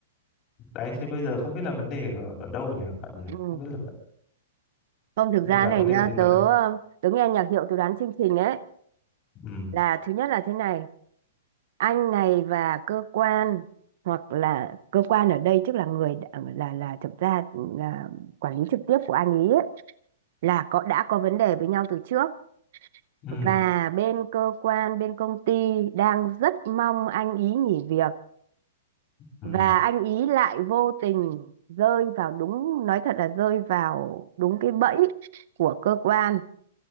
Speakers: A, on the left; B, on the right.
A: đấy thế bây giờ không biết là vấn đề ở, ở đâu nhỉ bạn nhỉ
B: ừ.
A: không biết là bạn,
B: Không thực
A: liệu
B: ra
A: bạn
B: này
A: có
B: nhá,
A: thể tư vấn
B: tớ
A: được không?
B: ờ, tớ nghe nhạc hiệu tớ đoán chương trình ấy
A: ừ
B: là thứ nhất là thế này anh này và cơ quan hoặc là cơ quan ở đây tức là người đã- là là thực ra là quản lý trực tiếp của anh ý ấy, là có đã có vấn đề với nhau từ trước
A: ừ
B: và bên cơ quan bên công ty đang rất mong anh ý nghỉ việc
A: ừ
B: và anh ý lại vô tình rơi vào đúng nói thật là rơi vào đúng cái bẫy của cơ quan